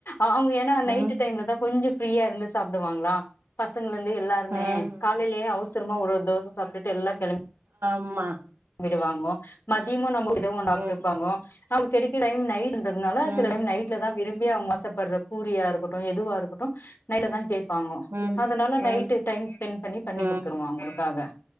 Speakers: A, on the left; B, on the right.
A: அவங்க ஏன்னா
B: ம்
A: நைட்டு டைம்ல தா கொஞ்சு ப்ரியா இர்ந் சாப்டுவாங்ளா பசங்க எல்லாருமே
B: ம்
A: காலைலேயே அவ்சரமா ஒரு ஒரு தோச சாப்ட்டுட்டு எல்லா கெளம்பி
B: ம்மா
A: விடுவாங்கோ மதிமு நம்ம எதுவு சாப்டுப்பாங்கோ
B: ம்
A: அவ் கெடைக்க டைம் நைட் டுன்றதுனால
B: ம்
A: சில டைம் நைட்ல தா விரும் பி அவுங்க ஆசப்பட்ர பூரியா இருக்கட்டு எதுவா இருக்கட்டு நைட்ல தா கே பாங்கோ
B: ம்
A: அதனால
B: ம் ம்
A: நைட்டு டைம் ஸ்பெண் பண்ணி பண்ணி
B: ம்
A: குட்த்துருவ அவுங்களுக்காக